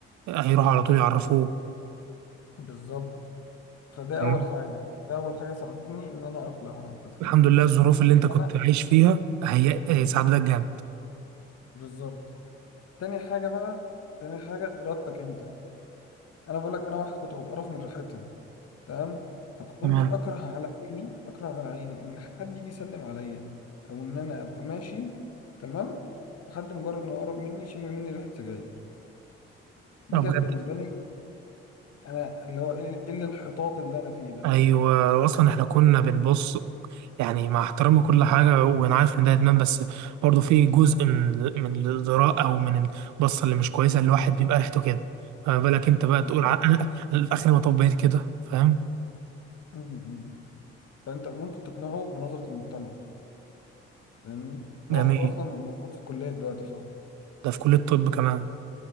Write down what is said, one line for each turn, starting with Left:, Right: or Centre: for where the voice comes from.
Right: هيروحوا على طول يعرفوه
Left: بالظبط فده
Right: تمام
Left: اول حاجه ده اول حاجه ساعدتني ان انا اقلع عن التدخين
Right: الحمد لله الظروف اللي انت كنت
Left: انا
Right: عايش فيها هي إيه، ساعدتك جامد
Left: بالظبط تاني حاجه بقى تاني حاجه ارادتك انت انا بقول لك انا واحد كنت بتقرف من ريحتها تمام فكنت
Right: تمام
Left: اكره على عيني اكره على عيني ان حد يجي يسلم عليا او ان انا ابقى ماشي تمام وحد مجرد انه يقرب مني يشم مني ريحه سجاير دي
Right: طب
Left: كانت
Right: بجد
Left: بالنسبه لي انا اللي هو ايه إيه اللي الانحطاط اللي انا فيه ده
Right: ايوه اصلا احنا كنا بنبص يعني مع احترام كل حاجه وانا عارف ان ده ادمان بس برضه في جزء من من الذراء او من البصه اللي مش كويسه الواحد بيبقى ريحته كده فما بالك انت بقى
Left: بالظبط
Right: تقول ع- انا أنا في اخر ما طبيت كده فاهم
Left: م- م. فانت ممكن تقنعه بنظره المجتمع فاهمني
Right: جميل
Left: هو اخوك اصلا موجود في الكليه دلوقتي صح
Right: ده في كليه الطب كمان